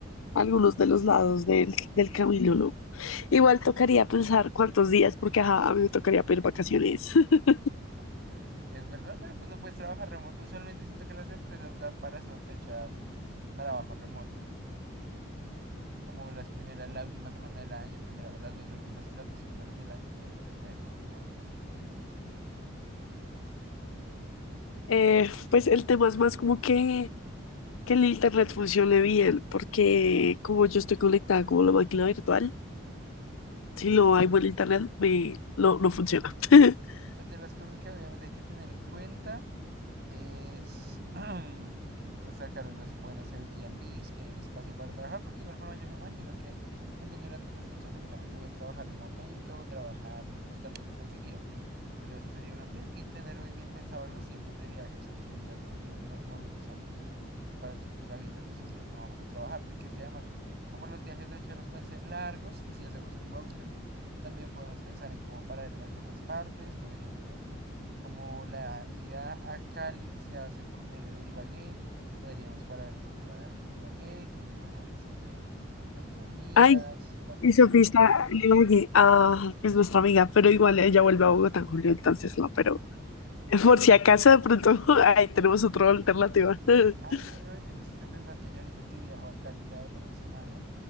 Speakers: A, on the left (about 85°); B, on the right (about 50°).
A: algunos de los lados del, del camino, ¿no? Igual tocaría pensar cuántos días, porque ajá, a mí me tocaría pedir vacaciones. <laughs>
B: <laughs> Es verdad, pero pues no puedes trabajar remoto. Usualmente siento que las empresas dan para esas fechas trabajo remoto. Como las primeras, la última semana del año, primera, las dos últimas y las dos primeras del año, solamente las dejan como remotas.
A: Eh, pues el tema es más como que, que el internet funcione bien, porque como yo estoy conectada como la máquina virtual, si no hay buen internet, me, no, no funciona. <laughs>
B: Pues de las cosas que obviamente hay que tener en cuenta es <clears throat> pues sacar unos buenos Airbnbs que den espacio para trabajar, porque de igual forma yo me imagino que también durante esas fechas seguramente voy a trabajar un momento, trabajar pues tal vez no tan seguido, pero esa sería una opción. Y tener muy bien pensado los tiempos de viaje, o sea, qué días nos, mi- nos movilizamos. pa- sabiendo que esos días no vamos a trabajar, porque es que además, como los viajes de 8 horas pueden ser largos y si hacemos un road trip, también podemos pensar en cómo parar en algunas partes, por ejemplo, como la ida a Cali se hace por medio de Ibagué, podríamos parar por Iba- Ibagué, que mi mamá visite a sus amigas,
A: Ay,
B: pasar
A: y Sofía
B: por
A: está en Ibagué. Ah, es nuestra amiga, pero igual ella vuelve a Bogotá en julio, entonces no, pero <laughs> por si acaso de pronto <laughs> ahí tenemos otra alternativa. <laughs>
B: Ay, oye, me hiciste pensar que yo ahorita que viajo a Cali la otra semana